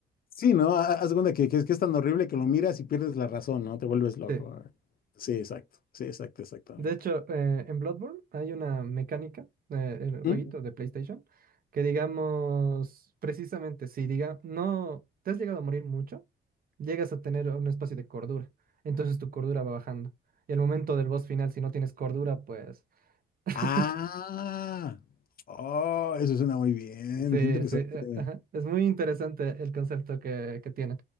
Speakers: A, on the left; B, on the right.
A: Sí, ¿no? Ha- Haz de cuenta que, que es, que es tan horrible que lo miras y pierdes la razón, ¿no? Te vuelves loco.
B: Sí.
A: Ah, Sí, exacto. Sí, exacto, exactamente.
B: De hecho, eh, en Bloodborne hay una mecánica, eh, en el
A: ¿Mm?
B: jueguito de PlayStation, que digamos, precisamente, si diga, no te has llegado a morir mucho, llegas a tener un espacio de cordura. Entonces tu cordura va bajando. Y al momento del boss final, si no tienes cordura, pues <laughs>
A: Ah, oh, eso suena muy bien.
B: Sí,
A: Qué interesante.
B: sí, eh, ajá. Es muy interesante el concepto que, que tienen.